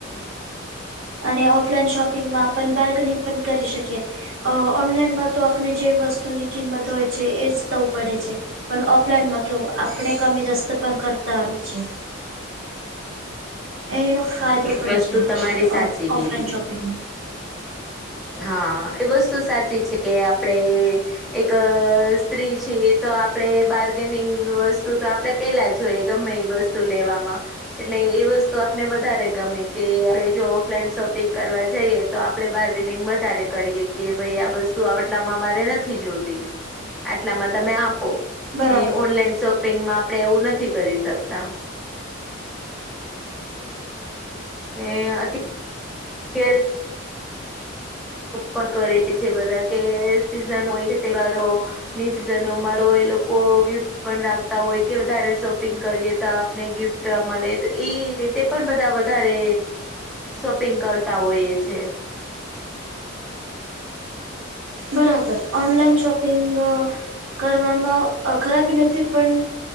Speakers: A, on the right; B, in the centre.
A: અને ઓફલાઈન શોપિંગમાં આપ બાર્ગનિંગ પણ કરી શકીએ. ઓનલાઈનમાં તો આપને જે વસ્તુની કિંમત હોય છે એ જ આપવું પડે છે. પણ ઓફલાઈનમાં કેવું આપને <unintelligible> પણ કરતા આવે છે. એ એનો ફાયદો
B: હા, એ
A: પણ
B: વસ્તુ તમારી
A: છે,
B: સાચી કીધી
A: ઓફલાઈન શોપિંગમાં
B: હા, એ વસ્તુ સાચી છે કે આપણે એક સ્ત્રી છીએ તો આપણે બાર્ગેનિંગ વસ્તુ તો આપણે પહેલા જોએ ગમે એ વસ્તુ લેવામાં એટલે એ વસ્તુ આપણને વધારે ગમે કે આપણે જો ઓફલાઈન શોપિંગ કરવા જઈએ તો આપણે બહાર ભાવતાલ વધારે કરીએ કે ભાઈ આ વસ્તુ આટલામાં મારે નથી જોતી. આટલામાં તમે આપો
A: બરાબર
B: એ ઓનલાઈન શોપિંગમાં આપણે એવું નથી કરી શકતા. ને અતિ <unintelligible> ઓફર કરે છે બધા કે સીઝન હોય કે તહેવારો ની સિઝનો માં એ લોકો ગિફ પણ રાખતા હોય કે વધારે શોપિંગ કરીએ તો આપને ગિફ્ટ મળે તો એ રીત તે પણ બધા વધારે શોપિંગ કરતા હોઈએ છે.
A: બરાબર ઓનલાઈન શોપિંગ કરવામાં ખરાબી નથી પણ